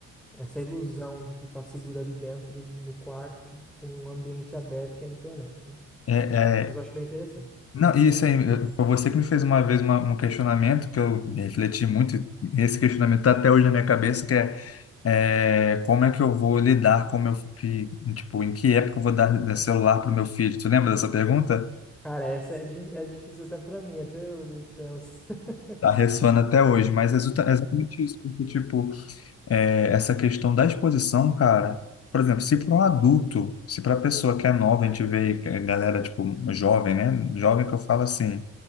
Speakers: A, in the centre; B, on the left (about 50°).
A: Essa ilusão de que tá seguro ali dentro, no quarto, com um ambiente aberto que é a internet, né?
B: É,
A: Mas
B: é,
A: eu acho bem interessante.
B: não, e isso aí, eh, foi você que me fez uma vez uma, um questionamento que eu refleti muito, e esse questionamento está até hoje na minha cabeça, que é É, como é que eu vou lidar com meu que, tipo, em que época eu vou dar celular para o meu filho? Tu lembra dessa pergunta?
A: Cara, essa é, di- é difícil até pra mim, até eu às vezes penso. <laughs>
B: Tá ressoando até hoje, mas é exuta- é exatamente isso, porque, tipo, é, essa questão da exposição, cara, por exemplo, se para um adulto, se para a pessoa que é nova, a gente vê é, galera, tipo, jovem, né? Jovem que eu falo assim,